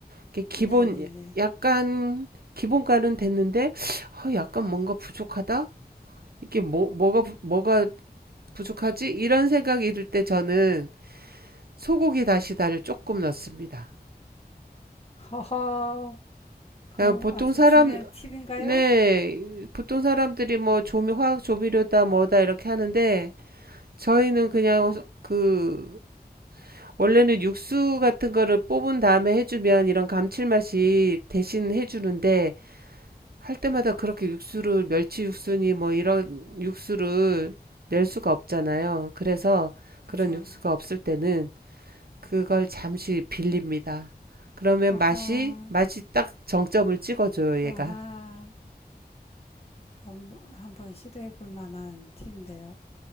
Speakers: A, on the right; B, on the left.
A: 이게 기본
B: 네네네.
A: 약간 기본 간은 됐는데 어, 약간 뭔가 부족하다. 이게 뭐 뭐가 뭐가 부족하지? 이런 생각이 들 때 저는 소고기 다시다를 조금 넣습니다.
B: 허허, 그
A: 어, 보통
B: 아주
A: 사람,
B: 중요한 팁인가요?
A: 네, 보통 사람들이 뭐 조미, 화학 조미료다 뭐다 이렇게 하는데 저희는 그냥 그, 원래는 육수 같은 거를 뽑은 다음에 해주면 이런 감칠맛이 대신 해주는데 할 때마다 그렇게 육수를, 멸치 육수니 뭐 이런 육수를 낼 수가 없잖아요. 그래서
B: 그쵸.
A: 그런 육수가 없을 때는 그걸 잠시 빌립니다. 그러면
B: 아하,
A: 맛이, 맛이 딱 정점을 찍어줘요,
B: 아하.
A: 얘가.
B: 그건 뭐 한번 시도해 볼 만한 팁인데요.